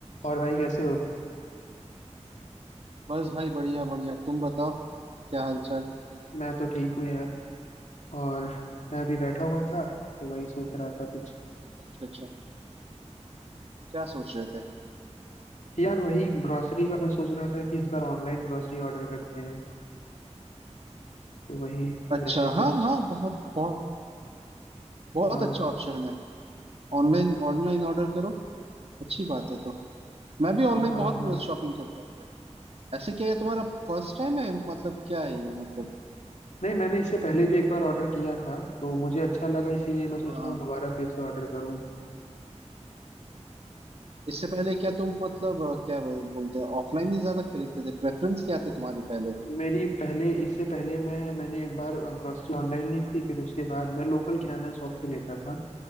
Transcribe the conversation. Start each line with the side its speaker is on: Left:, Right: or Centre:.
Left: और भाई कैसे हो
Right: बस भाई बढ़िया बढ़िया तुम बताओ क्या हाल चाल
Left: मैं तो ठीक हूँ यार और मैं अभी बैठा हुआ था तो वही सोच रहा था कुछ
Right: अच्छा अच्छा क्या सोच रहे थे
Left: यार वही ग्रोसरी का मैं सोच रहा था कि इस बार ऑनलाइन ग्रोसरी ऑर्डर करते हैं तो वही
Right: अच्छा
Left: जैसे
Right: हाँ
Left: कुछ
Right: हाँ बहुत बहुत बहुत
Left: हाँ
Right: अच्छा ऑप्शन है ऑनलाइन ऑनलाइन ऑर्डर करो अच्छी बात है तो मैं भी ऑनलाइन
Left: हाँ
Right: बहुत
Left: हाँ
Right: शॉपिंग करता हूँ यार। ऐसे क्या ये तुम्हारा फर्स्ट टाइम है मतलब क्या है ये मतलब
Left: नहीं मैंने इससे पहले भी एक बार ऑर्डर किया था तो मुझे अच्छा लगा इसीलिए मैं सोच
Right: हाँ
Left: रहा
Right: हाँ
Left: हूँ दोबारा फिर से ऑर्डर करूँ
Right: इससे पहले क्या तुम मतलब अ, क्या बोलते हैं ऑफलाइन ही ज्यादा खरीदते थे प्रेफरेंस क्या थी तुम्हारी पहले
Left: मेरी पहले इससे पहले मैं मैंने एक बार ग्रोसरी ऑनलाइन ली थी फिर उसके बाद मैं लोकल किराना शॉप से लेता था